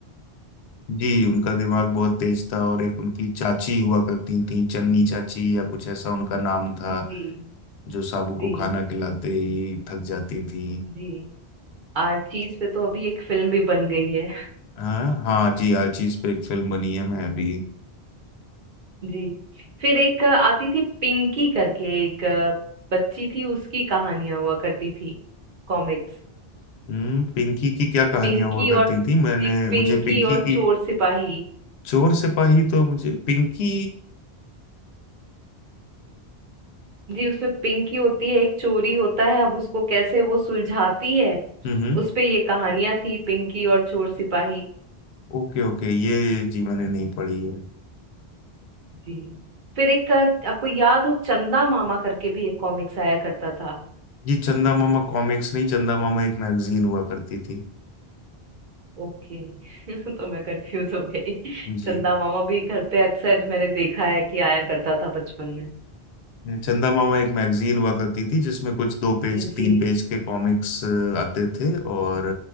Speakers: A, on the left; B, on the right.
A: जी उनका दिमाग बहुत तेज था और एक उनकी चाची हुआ करती थी चन्नी चाची या कुछ ऐसा उनका नाम था
B: जी
A: जो साबू को
B: जी
A: खाना खिलाते ही थक जाती थी
B: जी आर्चीज पे तो अभी एक फिल्म भी बन गई है
A: हाँ हाँ जी आलची पे एक फिल्म बनी है मैं अभी
B: जी फिर एक आती थी पिंकी करके एक बच्ची थी उसकी कहानियां हुआ करती थी कॉमिक्स
A: हम्म पिंकी की क्या कहानियां
B: पिंकी
A: हुआ करती
B: और जी
A: थी मैंने
B: पिंकी
A: मुझे पिंकी
B: और
A: की
B: चोर सिपाही
A: चोर सिपाही तो मुझे पिंकी
B: जी उसमें पिंकी होती है एक चोरी होता है अब उसको कैसे वो सुलझाती है
A: हम्म हम्म
B: उस पे ये कहानियां थी पिंकी और चोर सिपाही
A: ओके ओके ये जी मैंने नहीं पढ़ी है
B: जी फिर एक अ, आपको याद हो चंदा मामा करके भी एक कॉमिक्स आया करता था
A: जी चंदा मामा कॉमिक्स नहीं चंदा मामा एक मैगजीन हुआ करती थी
B: ओके <laughs> तो मैं कंफ्यूज हो गई
A: जी
B: चंदा मामा भी घर पे अक्सर मैंने देखा है कि आया करता था बचपन में
A: चंदा मामा एक मैगजीन हुआ करती थी जिसमें कुछ दो पेज
B: जी
A: तीन पेज के कॉमिक्स आते थे और